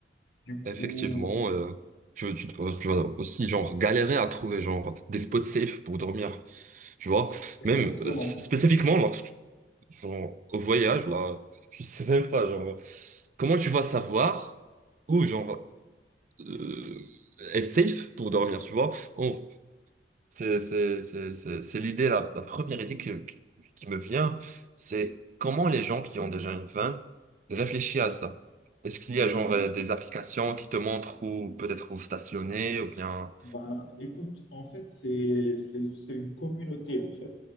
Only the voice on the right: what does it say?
effectivement, euh, tu, tu, tu
vas aussi genre galérer à trouver genre des spots safe pour dormir, tu vois. Même
euh, spécifiquement lorsque genre, au voyage, là, <laughs> je sais même pas, genre, comment tu vas savoir où, genre, euh, est safe pour dormir, tu vois? On- c'est, c'est, c'est, c'est, c'est l'idée, la, la première idée que- qui me vient, c'est comment les gens qui ont déjà une femme réfléchissent à ça. Est-ce qu'il y a, genre, euh, des applications qui te montrent où, peut-être où stationner, ou bien...